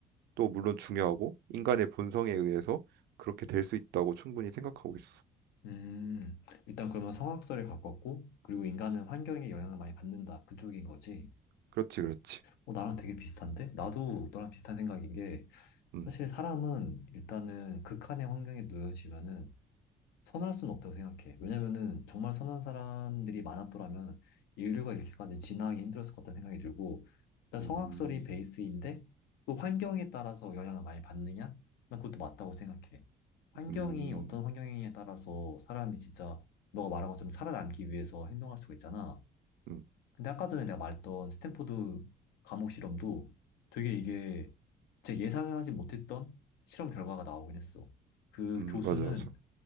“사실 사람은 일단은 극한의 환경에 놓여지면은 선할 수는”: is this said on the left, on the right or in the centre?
Left